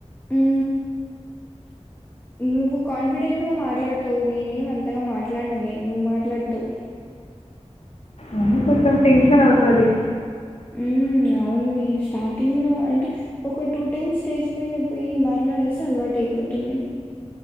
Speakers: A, on the left (about 15°); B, on the left (about 65°).
A: ఉ నువ్ కాన్ఫిడె గా మాట్లాడతావు నేను ఏమంతగా మాట్లాడనలే నువ్వు మాట్లాడుతావు
B: మనీ కొంచెం టెన్షన్ అవుతది
A: ఉ ఓన్లీ స్టార్టింగ్ లో అంటే, ఒక టూ టైమ్స్ స్టేజ్ పోయినా పోయి మాట్లాడేస్తే అలవాటు అయిపోతుంది